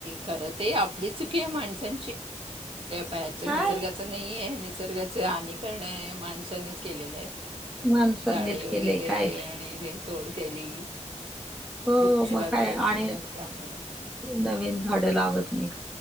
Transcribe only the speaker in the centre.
काय
माणसांनीच
केलंय काय
हो
मग काय
आणि
नवीन झाडें लावत मी